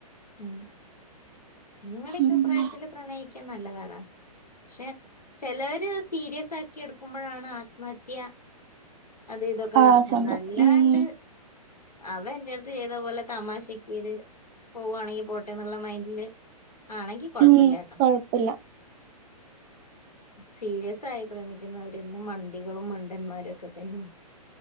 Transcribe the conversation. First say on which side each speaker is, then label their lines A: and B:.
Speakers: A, on the left; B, on the right.
A: ഉം നിങ്ങടെക്കെ
B: ഉം
A: പ്രായത്തിൽ പ്രണയിക്കാൻ നല്ലതാടാ പക്ഷെ ചെലര് സീരിയസ് ആക്കി എടുക്കുമ്പോഴാണ് ആത്മഹത്യ അതും ഇതൊക്കെ
B: ആഹ്
A: നടക്ക്ന്ന്
B: സ്വന്തം
A: അല്ലാണ്ട്
B: ഉം
A: അവൻ എന്റെ അടുത്ത് ചെയ്ത പോലെ തമാശിക്കിര് പോവാണെങ്കി പോട്ടെ എന്നുള്ള മൈന്ഡില് ആണെങ്കി കൊഴപ്പല്ല്യ
B: ഉം
A: ട്ടോ
B: കൊഴപ്പില്ല
A: സീരിയസ് ആയി പ്രേമിക്കുന്നവരെന്നും മണ്ടികളും മണ്ടന്മാരും ഒക്കെ തന്നെ